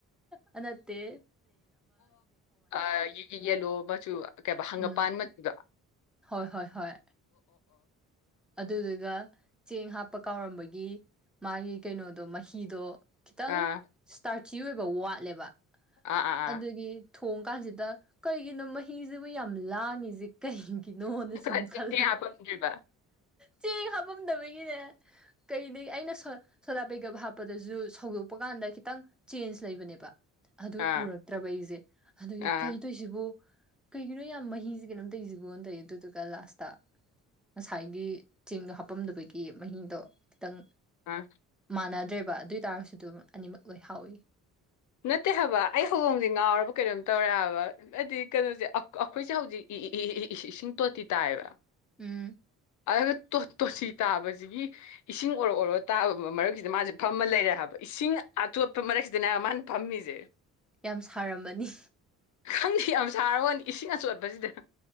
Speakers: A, in the centre; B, on the left.
A: ꯅꯅꯠꯇꯦ
B: ꯑꯣꯒꯤ ꯌꯦꯜꯂꯣ ꯃꯆꯨ ꯀꯩꯕ ꯍꯪꯒꯄꯥꯟꯃꯤꯕ
A: ꯎꯝ ꯍꯣꯏ ꯍꯣꯏ ꯍꯣꯏ ꯑꯗꯨꯗꯨꯒ ꯇꯦꯡ ꯍꯥꯞꯄ ꯀꯥꯎꯔꯝꯕꯒꯤ ꯃꯥꯒꯤ ꯀꯩꯅꯣꯗꯣ ꯃꯍꯤꯗꯣ ꯀꯈꯤꯇꯪ
B: ꯑꯥ
A: ꯁꯇꯥꯥ ꯊꯤ ꯑꯣꯏꯕ ꯋꯥꯠꯂꯦꯕ
B: ꯑꯥ ꯑꯥ
A: ꯑꯗꯨꯗꯒꯤ
B: ꯑꯥ
A: ꯊꯣꯡ ꯀꯥꯟꯁꯤꯗ ꯀꯩꯒꯤꯅꯣ ꯃꯍꯤꯤꯁꯕꯨ ꯌꯥꯝ ꯂꯥꯡꯉꯤꯁꯦ ꯀꯩꯣ ꯀꯅꯣꯅꯤ ꯁꯨꯡꯁꯜ
B: ꯑꯗꯨꯗꯤ ꯍꯥꯞꯄꯝꯗ꯭ꯔꯤꯕ
A: ꯆꯦꯡ ꯍꯥꯞꯄꯝꯗꯕꯒꯤꯅꯦ ꯀꯩꯗꯒꯤ ꯑꯩꯅꯣ ꯁꯣꯗꯥ ꯄꯦꯀꯞ ꯍꯥꯞꯄꯗꯁꯨ ꯁꯧꯗꯣꯛꯄ ꯀꯥꯟꯗ ꯈꯤꯇꯪ ꯆꯦꯟꯖ ꯂꯩꯕꯅꯦꯕ ꯑꯗꯨ
B: ꯑꯥ
A: ꯎꯔꯛꯇ꯭ꯔꯕ ꯑꯩꯁꯦ ꯑꯗꯨꯒꯤ
B: ꯑꯥ
A: ꯀꯩꯗꯣꯏꯁꯤꯕꯨ ꯀꯩꯒꯤꯅꯣ ꯌꯥꯝ ꯃꯍꯤꯁꯦ ꯀꯩꯅꯣꯝ ꯇꯧꯁꯤꯕꯣ ꯇꯩ ꯑꯗꯨꯗꯨꯒ ꯂꯥꯁꯇ ꯉꯁꯥꯏꯒꯤ ꯆꯦꯡꯗꯣ ꯍꯥꯄꯝꯗꯕꯒꯤ ꯃꯍꯤꯡꯗꯣ ꯈꯤꯇꯪ
B: ꯑ
A: ꯃꯥꯟꯅꯗ꯭ꯔꯦꯕ ꯑꯗꯨ ꯇꯥꯔꯁꯨ ꯑꯗꯨ ꯑꯅꯤꯃꯛ ꯑꯣꯏ ꯊꯥꯎ
B: ꯅꯠꯇꯦ ꯍꯥꯏꯕ ꯑꯩ ꯍꯧꯗꯣꯡꯁꯦ ꯉꯥꯎꯔꯕ ꯀꯩꯅꯣꯝ ꯇꯧꯔꯦ ꯍꯥꯏꯕ ꯍꯥꯏꯗꯤ ꯀꯩꯅꯣꯁꯦ ꯑꯩꯈꯣꯏꯁꯦ ꯍꯧꯖꯤꯛ ꯏ ꯏ ꯏꯁꯤꯡ ꯇꯣꯇꯤ ꯇꯥꯏꯕ
A: ꯎꯝ
B: ꯑꯗꯨꯒ ꯇꯣꯁꯤ ꯇꯥꯕꯁꯤꯒꯤ ꯏꯁꯤꯡ ꯑꯣꯔꯣ ꯑꯣꯔꯣ ꯇꯥꯕ ꯃꯔꯛꯁꯤꯗ ꯃꯥꯁꯦ ꯐꯝꯃ ꯂꯩꯔꯦ ꯍꯥꯏꯕ ꯏꯁꯤꯡ ꯑꯇꯣꯠꯄ ꯃꯔꯛꯁꯤꯗꯅꯦ ꯃꯥꯅ ꯊꯝꯃꯤꯖꯦ
A: ꯌꯥꯝ ꯁꯥꯔꯝꯕꯅꯤ
B: ꯈꯪꯗꯦ ꯌꯥꯝ ꯁꯥꯔ ꯍꯣꯅꯤ ꯏꯁꯤꯡ ꯑꯆꯣꯠꯄꯁꯤꯗ